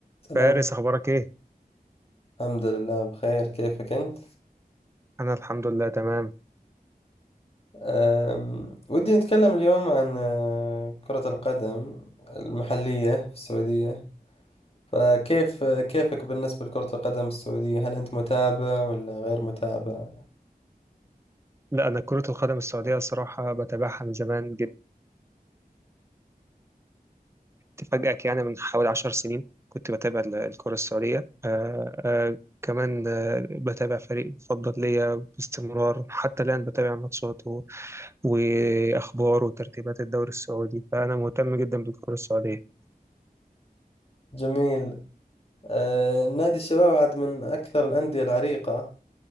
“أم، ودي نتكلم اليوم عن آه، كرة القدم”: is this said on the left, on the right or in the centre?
Left